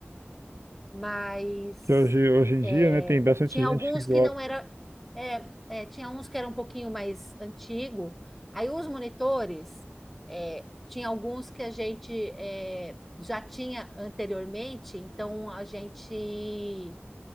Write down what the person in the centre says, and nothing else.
mas
é,
tinha
alguns
que não era, é, é, tinha uns que era um pouquinho mais antigo. Aí os monitores, é, tinha alguns que a gente é, já tinha anteriormente, então a gente